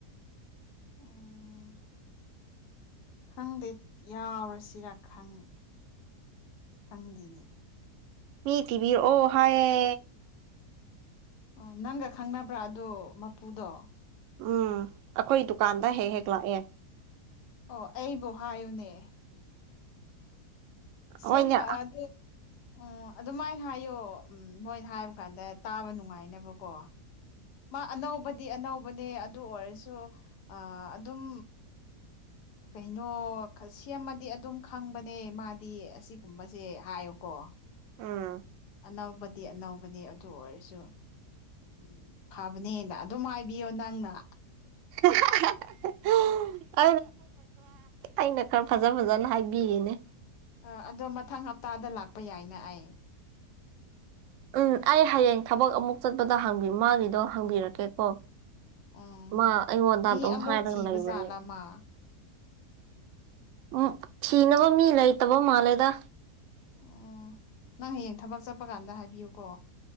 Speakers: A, on the left; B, on the right.
A: ꯑꯣ ꯈꯪꯗꯦ ꯌꯥꯎꯔꯁꯤꯔ ꯈꯪ ꯈꯪꯗꯦꯅꯦ
B: ꯃꯤ ꯇꯤꯕꯤꯔꯛ ꯑꯣ ꯍꯥꯏꯌꯦ
A: ꯑꯣ ꯅꯪꯒ ꯈꯪꯅꯕ꯭ꯔꯥ ꯑꯗꯣ ꯃꯄꯨꯗꯣ
B: ꯎꯝ ꯑꯩꯈꯣꯏ ꯗꯨꯀꯥꯟꯗ ꯍꯦꯛ ꯍꯦꯛ ꯂꯥꯛꯑꯦ
A: ꯑꯣ ꯑꯩꯕꯨ ꯍꯥꯏꯌꯨꯅꯦ ꯁꯦꯝꯕ
B: ꯍꯣꯏꯅꯦ
A: ꯑꯗꯨ ꯎꯝ ꯑꯗꯨꯃꯥꯏ ꯍꯥꯏꯌꯣ ꯎꯝ ꯃꯣꯏꯅ ꯍꯥꯏꯕ ꯀꯥꯟꯗ ꯇꯥꯕ ꯅꯨꯡꯉꯥꯏꯅꯕꯀꯣ ꯃꯥ ꯑꯅꯧꯕꯗꯤ ꯑꯅꯧꯕꯅꯦ ꯑꯗꯨ ꯑꯣꯏꯔꯁꯨ ꯑꯥ ꯑꯗꯨꯝ ꯀꯩꯅꯣ ꯈ ꯁꯦꯝꯃꯗꯤ ꯑꯗꯨꯝ ꯈꯪꯕꯅꯦ ꯃꯥꯗꯤ ꯑꯁꯤꯒꯨꯝꯕꯁꯦ ꯍꯥꯏꯌꯨꯀꯣ
B: ꯎꯝ
A: ꯑꯅꯧꯕꯗꯤ ꯑꯅꯧꯕꯅꯦ ꯑꯗꯨ ꯑꯣꯏꯔꯁꯨ ꯎꯝ ꯐꯕꯅꯦꯅ ꯑꯗꯨꯝ ꯍꯥꯏꯕꯤꯌꯣ ꯅꯪꯅ
B: <unintelligible> ꯑꯩꯅ ꯈꯔ ꯐꯖ ꯐꯖꯅ ꯍꯥꯏꯕꯤꯌꯦꯅꯦ
A: ꯑꯥ ꯑꯗꯣ ꯃꯊꯪ ꯍꯞꯇꯥꯗ ꯂꯥꯛꯄ ꯌꯥꯏꯅ ꯑꯩ
B: ꯎꯝ ꯑꯩ ꯍꯌꯦꯡ ꯊꯕꯛ ꯑꯃꯨꯛ ꯆꯠꯄꯗ ꯍꯪꯒ ꯃꯥꯒꯤꯗꯣ ꯍꯪꯕꯤꯔꯛꯀꯦꯀꯣ
A: ꯎꯝ
B: ꯃꯥ ꯑꯩꯉꯣꯟꯗ
A: ꯃꯤ
B: ꯑꯗꯨꯝ
A: ꯑꯃꯨꯛ
B: ꯍꯥꯏꯔꯒ
A: ꯊꯤꯕ
B: ꯂꯩꯕꯅꯤ
A: ꯖꯥꯠꯂꯥ ꯃꯥ
B: ꯎꯝ ꯊꯤꯅꯕ ꯃꯤ ꯂꯩꯇꯕ ꯃꯥꯜꯂꯦꯗ
A: ꯑꯣ ꯅꯪ ꯍꯌꯦꯡ ꯊꯕꯛ ꯆꯠꯄ ꯀꯥꯟꯗ ꯍꯥꯏꯕꯤꯌꯨꯀꯣ